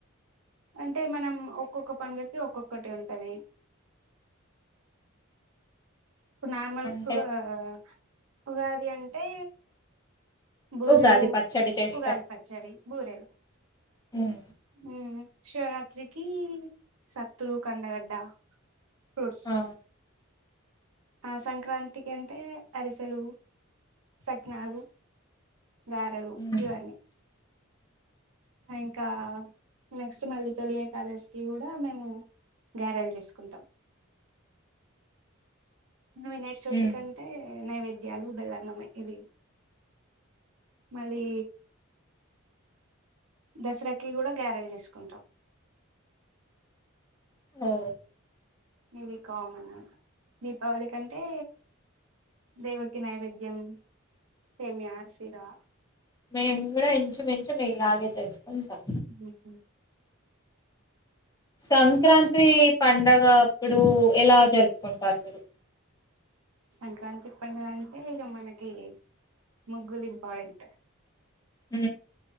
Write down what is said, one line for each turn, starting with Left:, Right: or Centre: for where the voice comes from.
Right: అంటే మనం ఒక్కొక్క పండుగకి ఒక్కొక్కటి ఉంటది ఇప్పుడు నార్మల్
Left: అంటే
Right: టు ఆ ఆ ఉగాది అంటే బూరెలు
Left: ఉగాది పచ్చడి చేస్తాం.
Right: ఉగాది పచ్చడి బూరెలు
Left: హ్మ్
Right: ఉఊ శివరాత్రికి సత్తులు కండగడ్డ ఫ్రూట్స్
Left: ఆ!
Right: ఆ సంక్రాంతికి అంటే అరిసెలు సగ్నాలు గారెలు
Left: హ్మ్
Right: ఇవన్ని ఇంకా నెక్స్ట్ మళ్ళీ తొలిఏకాదశికి కూడా మేము గారెలు చేసుకుంటాం ఇంగ వినాయకచవితి
Left: హ్మ్
Right: కి అంటే నైవేద్యాలు బెల్లన్నం మే ఇవి మళ్ళీ దసరాకి కూడా గారెలు చేసుకుంటాం
Left: ఓ
Right: ఇవి కామన్ దీపావళి కంటే దేవుడికి నైవేద్యం సేమియా ఆర్సిరా
Left: మేము గూడా ఇంచు మించు మీ లాగే చేసుకుంటాం
Right: ఒహో
Left: సంక్రాత్రి పండగ అప్పుడు ఎలా జరుపుకుంటారు మీరు
Right: సంక్రాంతి పండుగ అంటే ఇగ మనకి ముగ్గులు ఇంపార్టెంట్
Left: ఉ